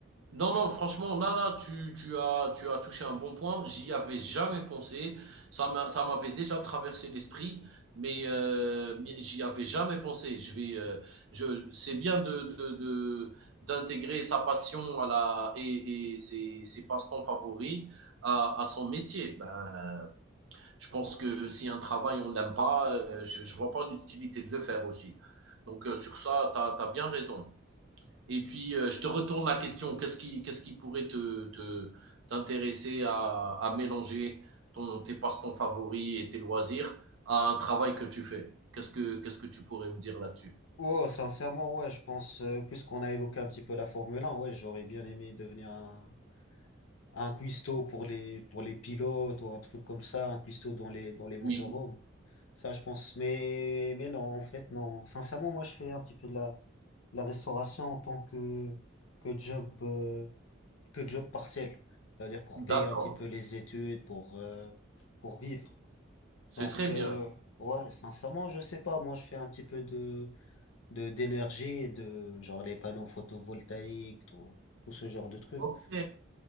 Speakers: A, on the right; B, on the left.
A: Non, non, franchement, là, là, tu, tu as, tu as touché un bon point. J'y avais jamais pensé. Ça m'a- ça m'avait déjà traversé l'esprit, mais euh, mais j'y avais jamais pensé. Je vais, euh, je, c'est bien de, de, de- d'intégrer sa passion à la et, et ses, ses passe-temps favoris à, à son métier. Ben, je pense que si un travail on ne l'aime pas, euh, je, je vois pas l'utilité de le faire aussi. Donc euh, sur ça, t'as, t'as bien raison. Et puis, euh, je te retourne la question. Qu'est-ce qui, qu'est-ce qui pourrait te, te- t'intéresser à, à mélanger ton, tes passe-temps favoris et tes loisirs à un travail que tu fais? Qu'est-ce que, qu'est-ce que tu pourrais me dire là-dessus?
B: Oh, sincèrement, ouais, je pense, euh, puisqu'on a évoqué un petit peu la Formule 1, ouais, j'aurais bien aimé devenir un, un cuistot pour les, pour les pilotes ou un truc comme ça, un cuistot dans les, dans les motorhomes.
A: Oui,
B: Ça, je pense. Mais, mais non, en fait, non. Sincèrement, moi, je fais un petit peu de la, de la restauration en tant que, que job, euh, que job partiel. C'est-à-dire pour payer
A: d'accord.
B: un petit peu les études, pour, euh, pour vivre.
A: C'est
B: Donc,
A: très
B: euh,
A: bien.
B: ouais, sincèrement, je sais pas. Moi, je fais un petit peu de, de, d'énergie et de, genre, les panneaux photovoltaïques, tout, tout ce genre de trucs.
A: Ok,